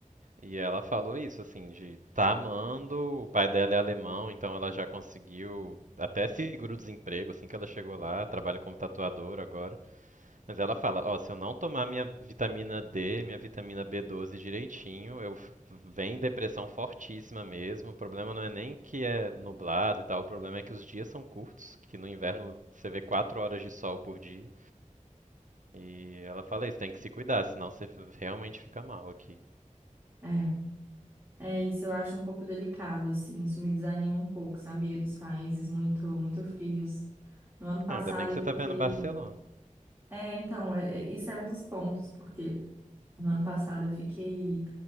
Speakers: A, on the right; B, on the right.
A: e ela falou isso, assim, de tá amando, o pai dela é alemão, então ela já conseguiu até seguro-desemprego, assim que ela chegou lá, trabalha como tatuadora agora. Mas ela fala, ó, se eu não tomar minha vitamina D, minha vitamina B12 direitinho, eu f- vem depressão fortíssima mesmo. O problema não é nem que é nublado e tal, o problema é que os dias são curtos, que no inverno você vê quatro horas de sol por dia. E ela fala isso, tem que se cuidar, senão você realmente fica mal aqui.
B: É. É, isso eu acho um pouco delicado, assim, isso me desanima um pouco, sabia? Dos países muito, muito frios. No ano passado
A: Ah, ainda bem que
B: eu
A: você
B: fiquei
A: tá vendo Barcelona.
B: É, então, é- é- isso é um dos pontos, porque no ano passado eu fiquei